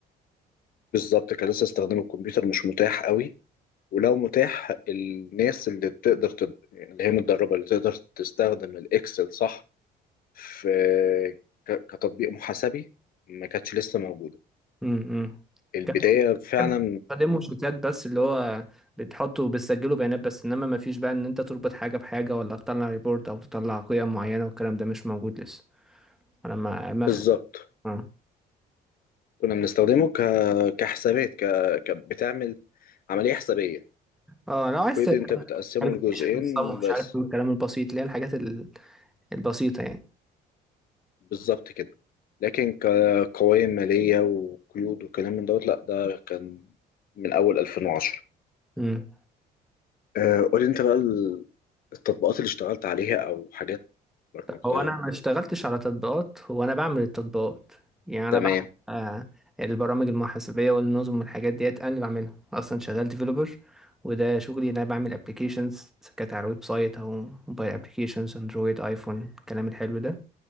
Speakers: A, on the left (about 60°); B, in the centre.
A: بالظبط كان لسه استخدام الكمبيوتر مش متاح قوي ولو متاح الناس اللي بتقدر تد... يعني اللي هي متدربة اللي تقدر تستخدم الإكسل صح في ك... كتطبيق محاسبي ما كانتش لسه موجودة
B: امم
A: البداية
B: كان
A: فعلا
B: بحب استخدمه شيتات بس اللي هو بتحطه وبتسجله بيانات بس انما ما فيش بقى ان انت تربط حاجه بحاجه ولا تطلع ريبورت او تطلع قيم معينه والكلام ده مش موجود لسه انا ما ما
A: بالظبط
B: فاهم اه
A: كنا بنستخدمه ك... كحسابات ك... ك... بتعمل عملية حسابية
B: آه، لو عايز
A: كود أنت بتقسمه
B: عارف
A: لجزئين
B: عشان الصم مش
A: بس
B: عارف ايه الكلام البسيط اللي هي الحاجات ال- البسيطة يعني
A: بالظبط كده لكن كقوائم مالية وقيود وكلام من دوت لأ ده كان من أول 2010
B: امم
A: آه، قولي انت بقى ال- التطبيقات اللي اشتغلت عليها او حاجات برمجتها
B: هو انا ما اشتغلتش على تطبيقات هو انا بعمل التطبيقات يعني انا
A: تمام
B: بعمل آه البرامج المحاسبية والنظم والحاجات ديت انا اللي بعملها اصلا شغال ديفلوبر وده شغلي إن انا بعمل ابلكيشنز كانت على ويب سايت او موبايل ابلكيشنز اندرويد ايفون الكلام الحلو ده